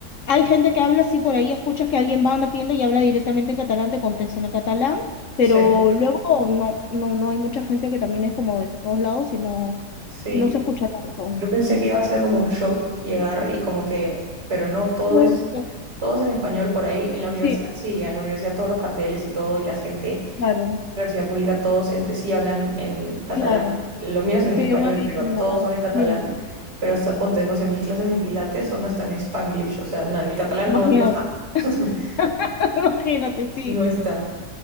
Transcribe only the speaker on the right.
Sí,
sí.
Yo pensé
que iba a ser como un shock llegar y como que, pero no, todo
es, todo es en español por ahí. En la universidad,
sí, en la universidad todos los carteles y todo, y la gente,
es una universidad pública, todos entre sí hablan en catalán.
Lo mío es
en español,
pero todos son en catalán.
Pero hasta ponte, no sé, mis clases de pilates son hasta en Spanglish, o sea, no, el catalán
no, no está. <laughs>
No está.